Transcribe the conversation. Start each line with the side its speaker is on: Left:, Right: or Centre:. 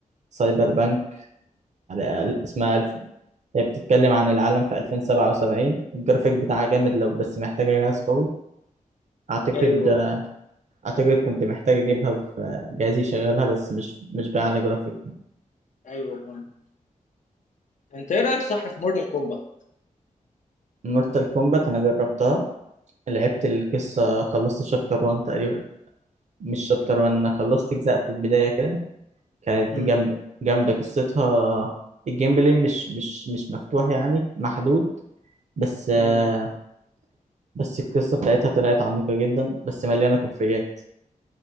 Right: سايبر بانك على اسمها هي بتتكلم عن العالم في 2077 الجرافيك بتاعها جامد لو بس محتاجة جهاز قوي أعتقد
Left: ايوه
Right: أعتقد كنت محتاج أجيبها في جهاز يشغلها بس مش مش بأعلى جرافيك
Left: ايوه بان. انت ايه رايك صح في مورتال كومبات
Right: مورتال كومبات أنا جربتها لعبت القصة خلصت شابتر 1 تقريبا مش شابتر 1 أنا خلصت أجزاء في البداية كده كانت
Left: امم
Right: جامدة جامدة قصتها الجيم بلاي مش مش مش مفتوح يعني محدود بس آه،
Left: امم
Right: بس القصة بتاعتها طلعت عميقة جدا بس مليانة كوفيات